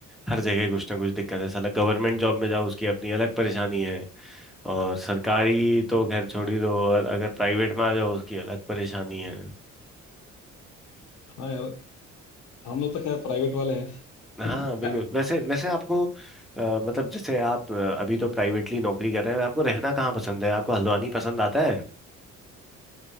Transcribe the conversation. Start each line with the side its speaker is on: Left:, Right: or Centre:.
Centre: हर जगह कुछ ना कुछ दिक्कत है साला गवर्नमेंट जॉब में जाओ उसकी अपनी अलग परेशानी है और सरकारी तो खैर छोड़ ही दो और अगर प्राइवेट में आ जाओ उसकी अलग परेशानी है
Left: हाँ यार हम लोग तो खैर प्राइवेट वाले हैं
Centre: हाँ बिल्कुल वैसे
Left: <laughs>
Centre: वैसे आपको अ, मतलब जैसे आप अ, अभी तो प्राइवेटली नौकरी कर रहे हैं आपको रहना कहाँ पसंद है आपको हल्द्वानी पसंद आता है